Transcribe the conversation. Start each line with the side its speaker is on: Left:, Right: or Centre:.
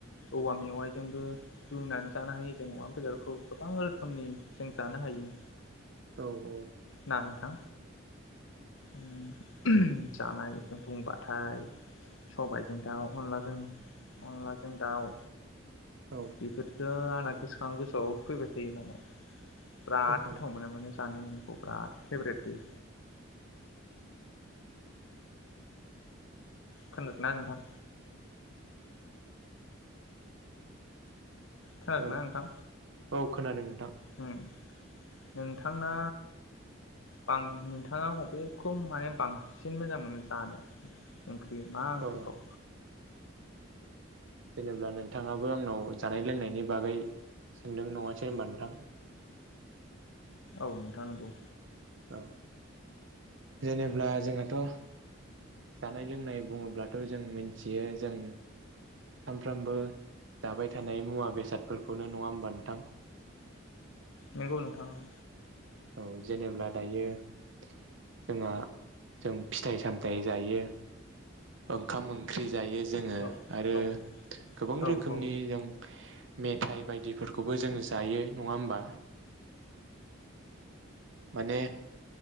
Left: औवा मेवाइजोंबो रुनानै जानो हायो जों अमा बेदरखौ गोबां रोखोमनि जों जानो हायो।
Right: औ औ।
Left: ना नोंथां ओम जानाय बुंबाथाय सबायजों दाउ अनलाजों अनलाजों दाउ।
Right: औ
Left: बेफोरथ' ना गोसोखां गोसोआव फैबाय थायो माने बिराद
Right: औ
Left: गोथाव मोनो माने। बिराद फेभ्रेट बे। खोनादों ना नोंथां? खोनादोंना
Right: औ
Left: नोंथां
Right: औ खोनादों नोंथां।
Left: उम नोंथांना बां नोंथाङा अबेखौ माने बांसिन मोजां मोनो जानो? ओंख्रि मा ओंख्रिखौ?
Right: अ जेनेबा नोंथाङाबो आंनाव जानाय लोंनायनि बागै सोंदों नङासै होनबा नोंथां।
Left: औ नोंथाङा नंगौ।
Right: औ जेनेब्ला जोंहाथ' जानाय लोंनाय बुङोब्लाथ' जों मिथियो। जों सामफ्रामबो जाबाय थानाय मुवा बेसादफोरखौनो। नङा होमबा नोंथां?
Left: नंगौ नोंथां औ।
Right: औ जेनेब्ला दायो जोंहा जों फिथाइ सामथाइ जायो ओंखाम ओंख्रि जायो। जोङो
Left: औ
Right: आरो
Left: औ
Right: गोबां
Left: औ
Right: रोखोमनि
Left: औ
Right: जों मेथाय बायदिफोरखौबो जोङो जायो। नङा होमबा? माने